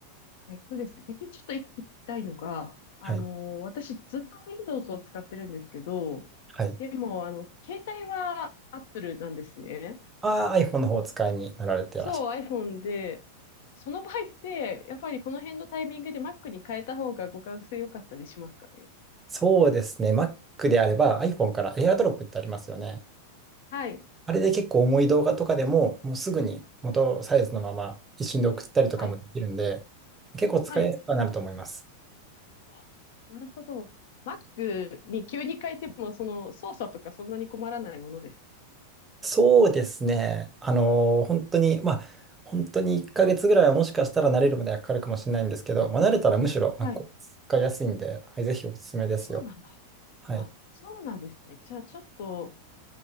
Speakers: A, on the left; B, on the right.
A: えっとですね、逆にちょっと一個聞きたいのが、あの、
B: はい。
A: 私ずっと Windows を使ってるんですけど、
B: はい。
A: でも、あの、携帯は Apple なんですね。
B: ああ、iPhone の方をお使いになられてらっしゃる。
A: そう、iPhone で、その場合って、やっぱりこの辺のタイミングで Mac に変えた方が互換性良かったりしますかね。
B: そうですね。Mac であれば iPhone から AirDrop ってありますよね。
A: はい、
B: あれで結構重い動画とかでも、もうすぐに元サイズのまま一瞬で送ったりとかもできるんで、
A: はい、
B: 結構使いやすくはなると思います。
A: はい。あ、なるほど。Mac に急に変えても、その操作とかそんなに困らないものです。
B: そうですね。あのー本当に、まあ、本当に1ヶ月ぐらいはもしかしたら慣れるまではかかるかもしれないんですけど、まあ、慣れたらむしろ
A: はい。
B: Mac 使いやすいんで、はい、ぜひおすすめですよ。
A: そうなんだ。
B: はい。
A: あ、そうなんですね。じゃあちょっと、